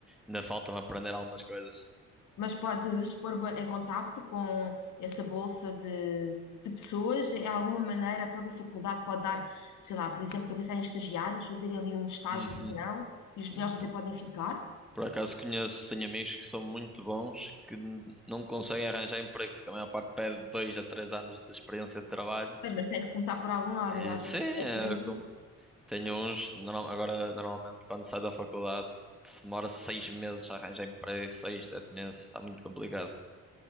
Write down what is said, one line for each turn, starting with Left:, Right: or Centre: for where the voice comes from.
Centre: Ainda falta-me aprender algumas coisas.
Left: Mas podes pôr em contacto com essa bolsa de, de pessoas? De alguma maneira, a própria faculdade pode dar, sei lá, por exemplo, estou a pensar em estagiários, fazerem ali um estágio
Centre: Uhum.
Left: de verão e os melhores
Centre: Hum,
Left: até
Centre: Por,
Left: podem ficar.
Centre: por acaso conheço, tenho amigos que são muito bons, que n- não conseguem arranjar emprego, porque a maior parte pede dois a três anos de experiência de trabalho.
Left: Pois, mas tem que se começar por algum lado
Centre: E,
Left: e nós
Centre: sim,
Left: aqui
Centre: é
Left: na empresa.
Centre: com- tenho uns. normal- agora, normalmente, quando sai da faculdade, demora seis meses a arranjar emprego, seis, sete meses. Está muito complicado